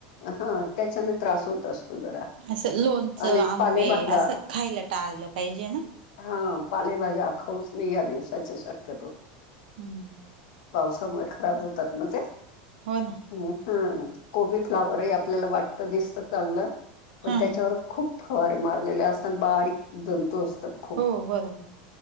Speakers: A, on the left (about 65°); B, on the right (about 90°).
A: हा, त्याच्याने त्रास होत असतो. जरा.
B: असं लोणचं,
A: आणि
B: आंबे
A: पालेभाज्या
B: असं खायला टाळलं पाहिजे ना.
A: हा, पालेभाज्या खाऊच ने या दिवसाच्या शक्यतो.
B: हम्म.
A: पावसामुळे खराब होतात ना त्या.
B: हो ना.
A: हा, कोबी, फ्लावर ही आपल्याला वाटत दिसतं चांगलं, पण
B: हा
A: त्याच्यावर
B: हा.
A: खूप फवारे मारलेले असतान. बारीक जंतू असतात. खूप
B: हो, बरोबर.